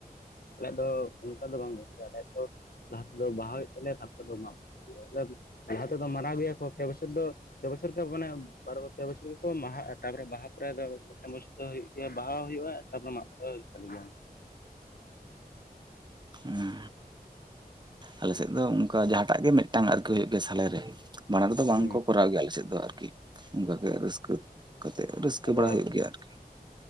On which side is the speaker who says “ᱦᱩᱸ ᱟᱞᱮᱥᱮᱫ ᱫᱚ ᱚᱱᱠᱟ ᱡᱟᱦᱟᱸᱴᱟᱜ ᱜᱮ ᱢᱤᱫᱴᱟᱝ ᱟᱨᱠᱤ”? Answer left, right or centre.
Right